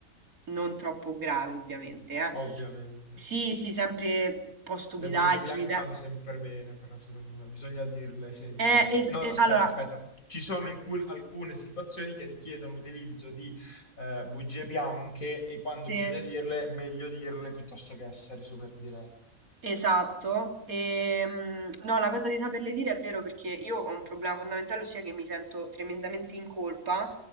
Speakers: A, on the right; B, on the left.
A: non troppo grave, ovviamente, eh.
B: ovviamente.
A: Sì, sì, sempre un po' stupidaggini,
B: Le bugie bianche
A: dai.
B: fanno sempre bene, però secondo me bisogna dirle sempre.
A: Eh, es-
B: No,
A: eh,
B: aspetta,
A: allora,
B: aspetta. Ci sono incul- alcune situazioni che richiedono l'utilizzo di eh, bugie bianche e quando
A: sì.
B: bisogna dirle, meglio dirle piuttosto che essere super diretti.
A: Esatto, ehm, no, la cosa di saperle dire è vero perché io ho un problema fondamentale, ossia che mi sento tremendamente in colpa,